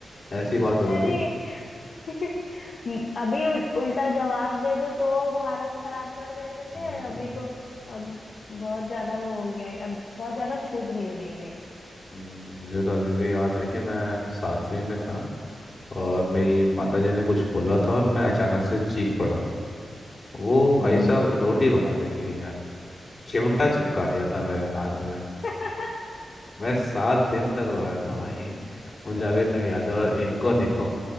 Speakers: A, on the left; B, on the left.
A: ऐसी बात होती
B: अरे
A: थी
B: <laughs> अभी उल्टा जवाब दे दो तो भारत खराब कर देते
A: हाँ
B: थे
A: ये
B: अभी
A: तो
B: तो अब बहुत ज्यादा वो हो गया है अब बहुत ज्यादा छूट मिल गई है
A: हम्म, मुझे तो अभी भी याद है कि मैं सातवीं में था और मेरी माताजी ने कुछ बोला था और मैं अचानक से चीख पड़ा वो भाई
B: हम्म
A: साहब रोटी बना रही थी यार चिमटा चिपका दिया था मेरे हाथ में
B: <laughs>
A: मैं सात दिन तक रोया था भाई मुझे अभी तक याद है और इनको देखो